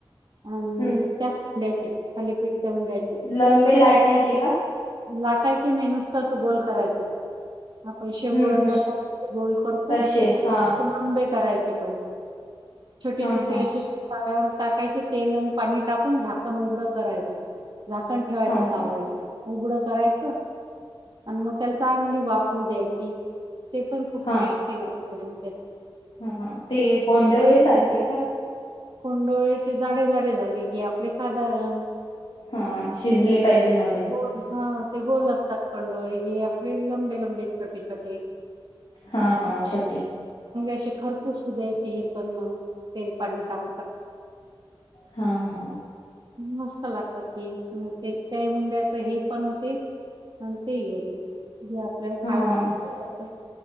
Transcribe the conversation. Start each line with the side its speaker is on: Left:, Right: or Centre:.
Right: अं
Left: हम्म
Right: त्याच हुंड्याचे. खालीपीठच्या हुंड्याचे.
Left: लंबे लाटायचे का
Right: लाटायची नाही नुसतं असं गोल करायचं. पण शिंगोळे
Left: हम्म हम्म
Right: करता गोल करतो.
Left: तसे हा
Right: लंबे करायचे पण. छोटी-छोटी
Left: हा हा
Right: अशी ते पाय टाकायचे तेल आणि पाणी टाकून झाकण उघडं करायचं झाकण ठेवायचं
Left: हा
Right: तव्यावर
Left: हा
Right: उघडं करायचं आणि मग त्याला चांगली वाफ येऊ द्यायची. ते पण खूप
Left: हा
Right: टेष्टी लागत.
Left: हा ते गोंडवळे सारखे का?
Right: गोंडोळे ते जाडे-जाडे झाले की आपले साधारण
Left: हां शिजली पाहिजे म्हणून
Right: गोल हा ते गोल असतात कंडोळे हे आपले लंबे-लंबे, छोटे-छोटे
Left: हा. फार छोटे.
Right: असे खरपूस हू द्यायची हे पण मग तेल पाणी टाक
Left: हा, हा.
Right: मस्त लागतात ते मग ते त्या एका हंड्यात हे पण होतय आणि ते ही होते जे आपल्याला खायचं
Left: हा